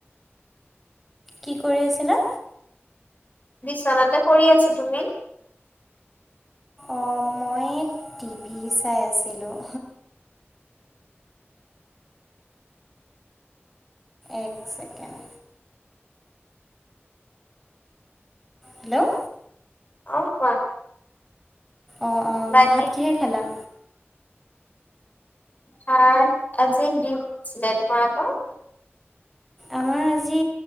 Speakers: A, in the centre; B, on the left (about 35°).
A: কি কৰি আছিলা?
B: বিচনাতে পৰি আছোঁ তুমি?
A: অ', মই টি ভি চাই আছিলোঁ। এক ছেকেণ্ড। হেল্ল'!
B: অ', কোৱা।
A: অ', অ',
B: বাকী
A: ভাত কিহেৰে খালা?
B: ভাত আজি ডিম আছিলে তোমালোকৰ?
A: আমাৰ আজি